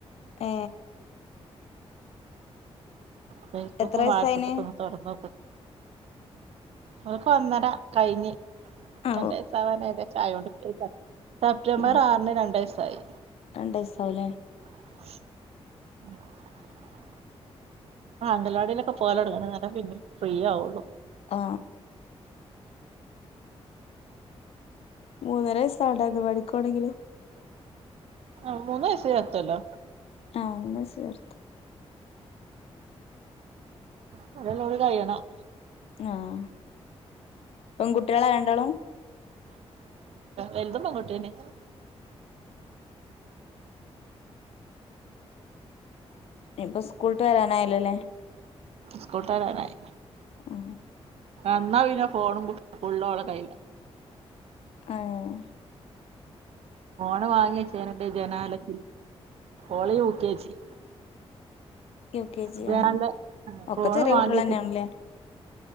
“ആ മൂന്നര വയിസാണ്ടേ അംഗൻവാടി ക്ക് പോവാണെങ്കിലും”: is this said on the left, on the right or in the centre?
Left